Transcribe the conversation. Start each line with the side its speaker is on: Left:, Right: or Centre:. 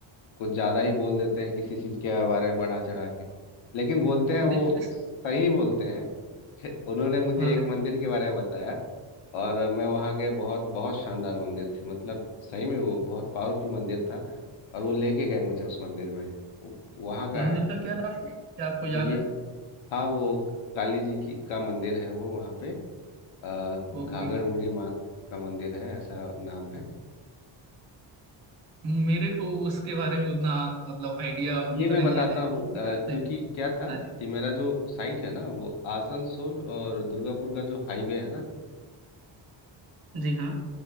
Left: कुछ ज़्यादा ही बोल देते हैं किसी चीज़ के बारे में बढ़ा चढ़ा के लेकिन बोलते हैं वो
Right: देखिए
Left: सही
Right: स-
Left: बोलते हैं <laughs> उन्होंने मुझे
Right: हाँ
Left: एक
Right: हाँ
Left: मंदिर के बारे में बताया और मैं वहाँ गया बहुत बहुत शानदार मंदिर थी मतलब सही में वो बहुत पावरफुल मंदिर था और वो लेके गए मुझे उस मंदिर में वो- वहाँ का
Right: मंदिर
Left: है
Right: का क्या नाम था क्या आपको
Left: कि
Right: याद
Left: ये
Right: है
Left: हाँ वो काली जी की का मंदिर है वो वहाँ पे अ, घाघर
Right: ओके
Left: बूढ़ी माँ का मंदिर है ऐसा नाम है
Right: मेरे को उसके बारे में उतना मतलब आइडिया अभी
Left: ये
Right: तो
Left: मैं
Right: नहीं
Left: बताता
Right: है
Left: हूँ अ,
Right: याद
Left: क्योंकि
Right: नहीं
Left: क्या था
Right: हाँ जी
Left: कि मेरा जो साइट है ना वो आसनसोल और दुर्गापुर का जो हाईवे है ना
Right: जी हाँ